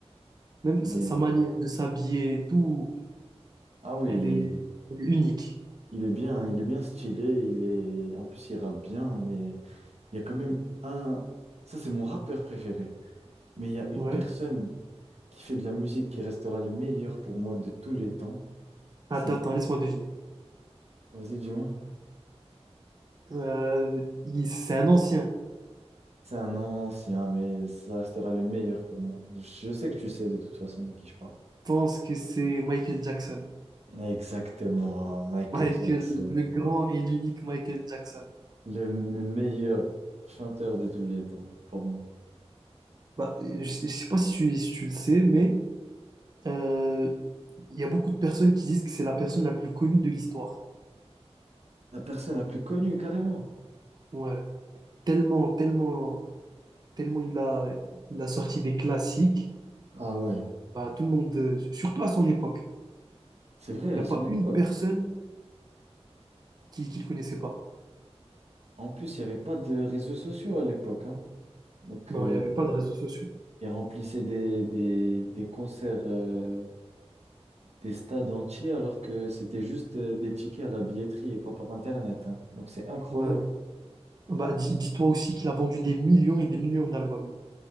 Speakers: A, on the right (about 40°); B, on the right (about 75°).
A: Même
B: Mais-
A: sa, sa manière de s'habiller et tout,
B: Ah oui,
A: elle
B: il,
A: est, elle est unique.
B: il est bien, il est bien stylé. Il est... En plus, il rappe bien, mais il y a quand même un... Ça, c'est mon rappeur préféré. Mais il y a une
A: Ouais.
B: personne qui fait de la musique qui restera le meilleur pour moi de tous les temps.
A: Attends,
B: C'est...
A: attends, laisse-moi deviner.
B: Vas-y, dis-moi.
A: Euh, il- c'est un ancien.
B: C'est un ancien, mais ça restera le meilleur pour moi. Je sais que tu sais de toute façon de qui je parle.
A: Je pense que c'est Michael Jackson.
B: Exactement, Michael
A: Michael,
B: Jackson.
A: le grand et l'unique Michael Jackson.
B: Le, le meilleur chanteur de tous les temps, pour moi.
A: Bah, je, je sais pas si tu, si tu le sais, mais euh, il y a beaucoup de personnes qui disent que c'est la personne la plus connue de l'histoire.
B: La personne la plus connue, carrément.
A: Ouais. Tellement, tellement, tellement il a, il a sorti des classiques.
B: Ah ouais,
A: Bah, tout le monde, euh, surtout à son époque,
B: c'est vrai,
A: il
B: à
A: n'y
B: son
A: a pas
B: époque.
A: une personne qui ne le connaissait pas.
B: En plus, il n'y avait pas de réseaux sociaux à l'époque, hein. Donc,
A: Non,
B: euh,
A: il n'y avait pas de réseaux sociaux.
B: il remplissait des, des, des concerts, euh, des stades entiers, alors que c'était juste euh, des tickets à la billetterie et pas par Internet, hein. Donc, c'est incroyable.
A: Ouais. Bah, di- dis-toi aussi qu'il a vendu des millions et des millions d'albums.